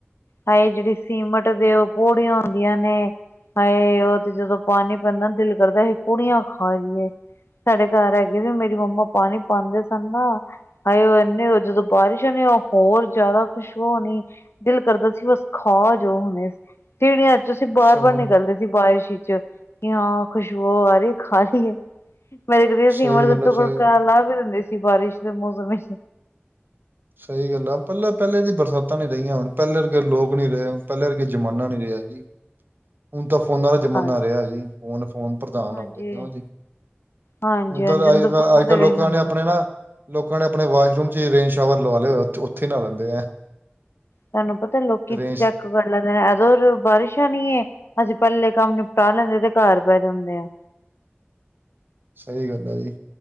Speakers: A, on the left; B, on the right.
A: ਹਾਏ, ਜਿਹੜੀ ਸੀਮੇਂਟ ਦੇ ਉਹ ਪੋੜੀਆਂ ਹੁੰਦੀਆਂ ਨੇ ਹਾਏ, ਉਹ ਤੇ ਜਦੋਂ ਪਾਣੀ ਪੈਂਦਾ ਨਾ, ਦਿਲ ਕਰਦਾ ਅਸੀ ਪੂੜੀਆਂ ਖਾ ਲੀਏ। ਸਾਡੇ ਘਰ ਹੈਗੀ ਵੀ, ਮੇਰੀ ਮੰਮਾਂ ਪਾਂਣੀ ਪਾਂਦੇ ਸਨ ਨਾ ਹਾਏ, ਉਹ ਇੰਨੇ ਹੋ ਜਦੋਂ ਬਾਰਿਸ਼ ਹੋਨੀਂ ਓ ਹੋਰ ਜ਼ਿਆਦਾ ਖੁਸ਼ਬੂ ਹੋਨੀਂ ਕਰਦਾ ਸੀ ਬਸ ਖਾ ਜੋ ਹੁਣੇ, ਤੀਰੀਆਂ 'ਚ ਅਸੀਂ ਬਾਰ-ਬਾਰ
B: ਸਹੀ
A: ਨਿਕਲਦੇ ਸੀ ਬਾਰਿਸ਼ 'ਚ। ਇਓਂ ਖੁਸ਼ਬੂ ਆ ਰਹੀ ਖਾ ਲੀਏ। ਮੇਰੇ ਕਦੀ ਅ ਸੀਮੈਂਟ
B: ਸਹੀ
A: ਦੇ
B: ਗੱਲ
A: ਉੱਤੋ
B: ਆ ਸਹੀ
A: ਗੁੜਕਾ
B: ਗੱਲ-
A: ਲਾਹ ਕੇ ਦਿੰਦੇ ਸੀ। ਬਾਰਿਸ਼ ਦੇ ਮੌਸਮ ਵਿੱਚ
B: ਸਹੀ ਗੱਲ ਆ, ਪਹਿਲਾਂ-ਪਹਿਲੇ ਦੀ ਬਰਸਾਤਾਂ ਨੀ ਰਹੀਆਂ ਹੁਣ, ਪਹਿਲੇ ਵਰਗੇ ਲੋਕ ਨੀ ਰਹੇ ਹੁਣ, ਪਹਿਲਾ ਵਰਗੇ ਜ਼ਮਾਨਾ ਨੀ ਰਿਹਾ ਜੀ। ਹੁਣ ਤਾਂ ਫੋਨਾਂ ਦਾ ਜਮਾਨਾ
A: ਹਾਂਜੀ
B: ਰਿਹਾ ਜੀ, ਫੋਨ-ਫੋਨ ਪ੍ਰਧਾਨ
A: ਹਾਂਜੀ
B: ਹੋਵੇ ਕਿਉਂ
A: ਹਾਂਜੀ
B: ਜੀ।
A: ਹਾਂਜੀ
B: ਹੁਣ ਤਾਂ
A: ਅੰਜਨ
B: ਅਜ
A: ਦੇ
B: ਕ,
A: ਫੁੱਲਾਂ
B: ਅੱਜ-ਕੱਲ੍ਹ
A: ਦੇ
B: ਲੋਕਾਂ
A: ਵੇਖ
B: ਨੇ ਆਪਣੇ ਨਾ ਲੋਕਾਂ ਨੇ ਆਪਣੇ ਵਾਸ਼ਰੂਮ 'ਚ ਈ ਰੇਨ ਸ਼ਾਵਰ ਲਵਾ ਲੇ ਹੋਏ, ਉੱਥੇ-ਉੱਥੇ ਈ ਨਾਅ ਲੈਂਦੇ ਆ।
A: ਤੁਹਾਨੂੰ ਪਤਾ ਲੋਕੀ
B: ਰੇਂਜ
A: ਚੈੱਕ ਕਰ ਲੈਂਦੇ ਨੇ, ਆ ਜੋ-ਜੋ ਬਾਰਿਸ਼ ਆਨੀ ਏ, ਅਸੀਂ ਪਹਿਲੇ ਕੰਮ ਨਿਪਟਾ ਲੈਂਨੇ ਤੇ ਘਰ ਬਹਿ ਜਾਂਦੇ ਆ।
B: ਸਹੀ ਗੱਲ ਐ ਜੀ।